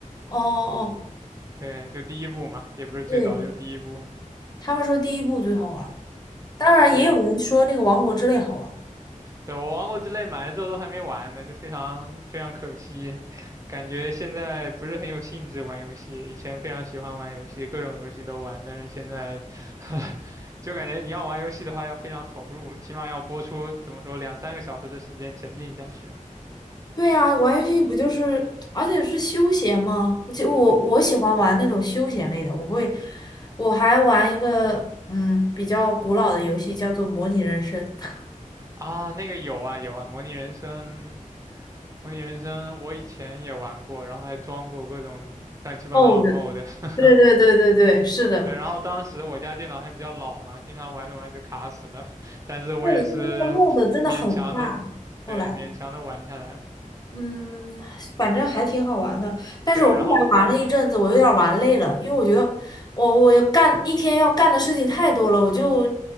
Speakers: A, on the left; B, on the right.
A: 哦哦哦，
B: 对，就第一部嘛，也不是最早，
A: 对。
B: 就第一部。
A: 他们说第一部最好玩儿当然也有人说那个《王国之泪》好玩儿
B: 对，对，我王国之泪买了之后都还没玩呢，就非常非常可惜，感觉现在不是很有兴致玩游戏。以前非常喜欢玩游戏，各种游戏都玩，但是现在 <laughs> 就感觉你要玩游戏的话要非常投入，起码要播出怎么说两三个小时的时间沉浸下去。
A: 对呀，玩游戏不就是，而且是休闲嘛。而且我我喜欢玩那种休闲类的，我会，我还玩一个嗯比较古老的游戏，叫做模拟人生。<laughs>
B: 啊，那个有啊有啊，模拟人生，模拟人生我以前也玩过，然后还装过各种乱七八糟的
A: 哦的，
B: mod。<laughs>
A: 对对对对对，
B: e
A: 是的，
B: 对，然后当时我家电脑还比较老嘛，经常玩着玩着就卡死了，<laughs> 但是我也是勉强的，
A: 对，因为那个 m o 真的很大，后来。
B: 对，勉强的玩下来了
A: 嗯，反正还挺好玩的。但是我后来玩了一阵子，
B: 对，然后我
A: 我有点儿玩累了，因为我觉得我我要干一天要干的事情太多了，我就